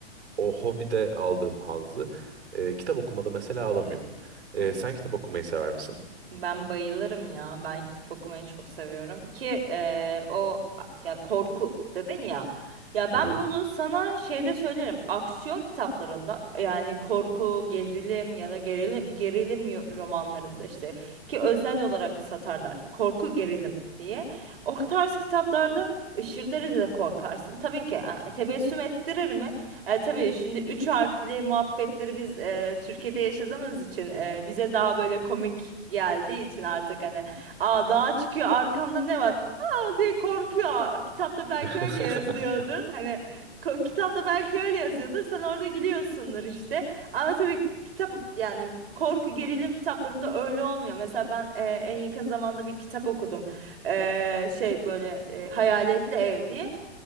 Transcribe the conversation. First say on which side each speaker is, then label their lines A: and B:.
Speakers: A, on the right; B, on the right.
A: o hobide aldığım hazzı e, kitap okumada mesela alamıyorum.
B: Hı.
A: E, sen kitap okumayı sever misin?
B: Ben bayılırım ya. Ben kitap okumayı çok seviyorum ki eee, o ya korku dedin ya. Ya ben
A: Hı hı.
B: bunu sana şeyde söylerim. Aksiyon kitaplarında yani korku, gerilim ya da gerilim gerilim yo- romanlarında işte ki özel olarak satarlar. Korku, gerilim diye. O tarz kitaplarda aşırı derecede korkarsın. Tabii ki e, tebessüm ettirir mi? E, tabii şimdi üç harfli muhabbetleri biz e, Türkiye'de yaşadığımız için e, bize daha böyle komik geldiği için artık hani aa dağa çıkıyor arkanda ne var? Aa diye korkuyor. Kitapta belki
A: <laughs>
B: öyle yazıyordur. Hani ko- kitapta belki öyle yazıyordur. Sen orada gülüyorsundur işte. Ama tabii kitap yani korku gerilim kitaplarında öyle olmuyor. Mesela ben e, en yakın zamanda bir kitap okudum. E, şey böyle e, Hayaletli Ev diye.